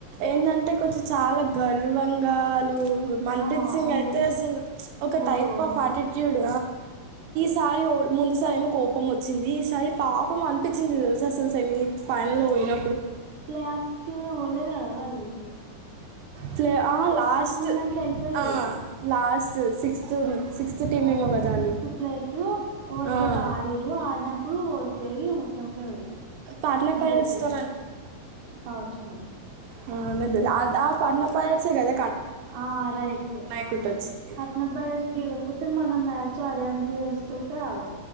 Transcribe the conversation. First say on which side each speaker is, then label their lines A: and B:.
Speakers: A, on the right; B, on the right.
A: ఎందంటి కొంచెం చాలా గర్వంగాలు మన్ప్రీత్
B: ఆ,
A: సింగ్
B: అదే
A: అయితే అసలు ఒక
B: over
A: type
B: over
A: of attitude సారి ముందుసార ఏమో కోపం వచ్చింది ఈసారి పాపం అనిపించింది తెలుస అసలుస ఏమీ ఫైనల్ పోయిన
B: ప్లేఆఫ్కి పోలేదు కదా వాళ్ళ
A: ఫ్లే ఆ లాస్ట్
B: మూమెంట్ లో వెళ్ళిపోయారు.
A: అ లాస్ట్ చూ సిక్స్త్ సిక్స్త్ టీం
B: ఆ
A: ఏమో కదా
B: సిక్స్త్ ప్లేస్ ఓవర్
A: వాళ్ళు
B: తోటి ఆడిరు ఆన రూ ఓడిపోయారు ఇగ మొత్తం మొత్తానికి పోయారు
A: పాట్నా
B: ఇంటికిలిపారు
A: పైరట్స్తో
B: కావచ్చు మరి
A: అ అద అది ఆ పాట్నా పేరెంట్స్ ఎ కద
B: ఆ రైట్ ఆ
A: కొట్టొచ్చింది
B: పాట్నా ప్లేయర్స్ గల ప మన మ్యాచ్ హర్యాణ దవస్తో ఆడత